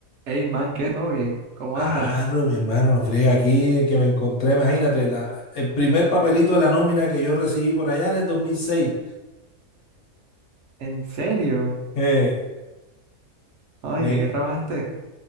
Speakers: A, on the right; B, on the left.
A: Hey man, ¿qué? ¿Todo bien? ¿Cómo
B: Claro,
A: andas?
B: mi hermano, no friega aquí, que me encontré, imagínate, la, el primer papelito de la nómina que yo recibí por allá en el 2006.
A: ¿En serio?
B: Eh,
A: Ay,
B: me-
A: ¿de qué trabajaste?